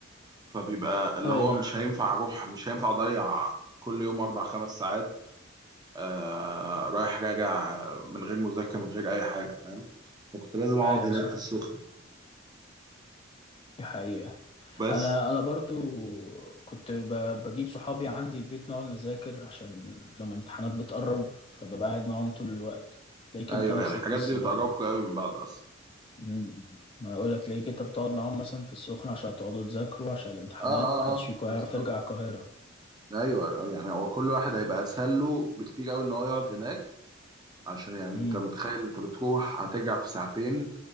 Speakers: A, on the right; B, on the left.
A: فبيبقى اللي
B: ايوه
A: هو مش هينفع اروح مش هينفع اضيع كل يوم اربع خمس ساعات آه رايح راجع آه، من غير مذاكره من غير اي حاجه فاهم فكنت لازم اقعد
B: ايوه
A: هناك
B: صح
A: في السخنه
B: دي حقيقة
A: بس
B: انا انا برضو كنت ب- بجيب صحابي عندي البيت نقعد نذاكر عشان لما امتحانات بتقرب فببقى قاعد معاهم طول الوقت تلاقيك
A: ايوه
B: انت نفس
A: هي الحاجات
B: القصة
A: دي بتقربكم
B: برضو
A: قوي من بعض اصلا
B: مم. ما اقول لك ليك انت بتقعد معاهم مثلا في السخنة عشان تقعدوا تذاكروا عشان الامتحانات
A: اه اه
B: محدش
A: اه
B: فيكم هيعرف
A: بالظبط
B: يرجع القاهرة
A: ايوه آه، يعني هو كل واحد هيبقى اسهل له بكتير قوي ان هو يقعد هناك عشان يعني
B: امم
A: انت متخيل انت بتروح هترجع في ساعتين